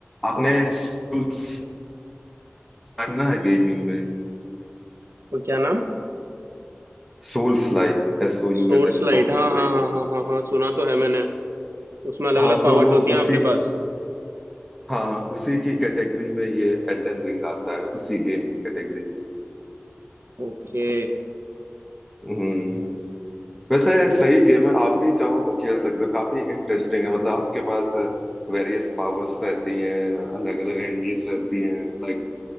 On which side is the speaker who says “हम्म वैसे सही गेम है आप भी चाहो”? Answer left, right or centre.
Centre